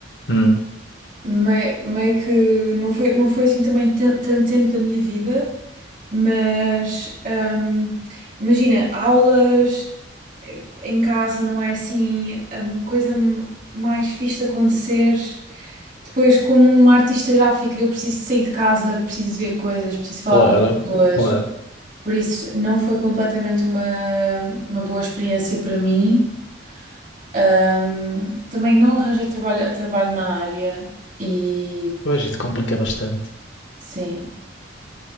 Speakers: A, on the left; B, on the right.
A: Hum,
B: Meio, meio que não foi, não foi assim também tan- tanto tempo da minha vida, mas hum, imagina, aulas eh, em casa não é assim a coisa mais fixe de acontecer. Depois, como uma artista gráfica, eu preciso de sair de casa, preciso de ver coisas, preciso falar
A: claro,
B: com pessoas.
A: claro.
B: Por isso, não foi completamente uma, uma boa experiência para mim. Ahm, também não arranjei trabalho, trabalho na área e
A: Pois isso complica bastante.
B: sim,